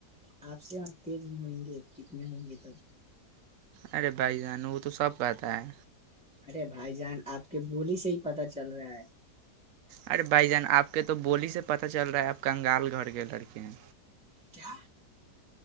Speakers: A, in the centre; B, on the right.
A: ہ آپ سے ہم تیل بھی ہئیں گے کتنے ہئیں گے تب
B: ارے بھائی جان وہ تو سب کہتا ہے
A: ارے بھائی جان آپ کی بولی سے ہی پتا چل رہا ہے
B: ارے بھائی جان آپ کے تو بولی سے پتا چل رہا ہے آپ کنگال گھر کے لڑکے ہیں
A: کیا